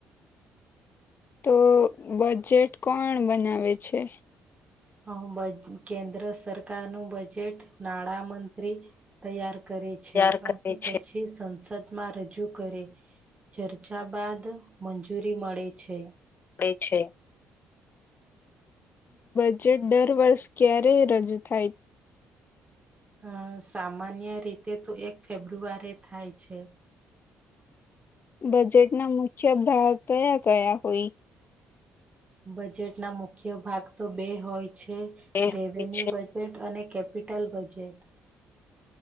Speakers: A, on the left; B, on the right.
A: તો બજેટ કોણ બનાવે છે
B: અ બ કેન્દ્ર સરકાર નું બજેટ નાણા મંત્રી તૈયાર કરે
A: તૈયાર
B: છે અને
A: કરે
B: પછી
A: છે
B: સંસ સદમાં રજૂ કરે ચર્ચા બાદ મંજૂરી મળે છે
A: મળે છે બજેટ દર વર્ષ ક્યારે રજૂ થાય
B: અ સામાન્ય રીતે તો એક ફેબ્રુઆરી થાય છે
A: બજેટના મુખ્ય ભાગ કયા કયા હોય
B: બજેટ ના મુખ્ય ભાગ તો બે હોય છે
A: એ
B: રેવન્યુ
A: હોય છે
B: બજેટ અને કેપિટલ બજેટ